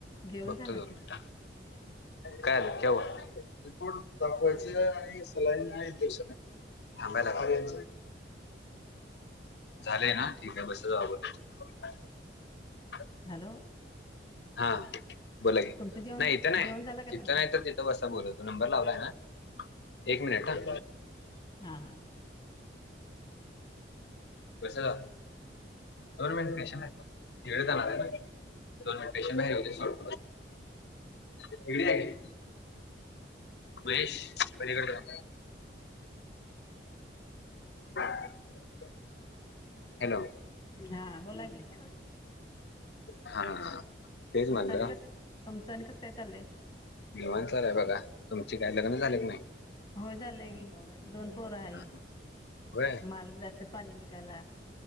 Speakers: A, on the left; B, on the left.
A: जेवण
B: बघतो
A: झालं
B: दोन मिनट क्या है क्या हुआ,? रिपोर्ट दाखवायचे आहे आणि सलाईन आणि इंजेक्शन थांबायला ब झालेय ना. <unintelligible>
A: हॅलो
B: हा बोला की
A: तुमचं जेवण
B: नाही इथं नाही
A: जेवण झालं का
B: तिथं
A: तुमचं
B: नाही तर तिथं बसा बोलू तो नंबर लावलाय ना. एक मिनिट ह
A: हा हा
B: कस झालं? दोन मिनट स्टेशन आहे तिकडे जाणार आहे ना दोन मिनट स्टेशन हे सड तिकडे आहे महेश पलीकडे जा <inaudible> हॅलो
A: हा बोला मठ
B: हा तेच
A: तुमचं
B: म्हणलं
A: आणि कस? तुमचं आणि कसं काय चाललंय?
B: निवांत चाललंय बघा. तुमचे काय लग्न झाले की नाही?
A: हो झालंय दोन पोर आहे
B: हा. होय
A: मालक जातात पाणी विकायला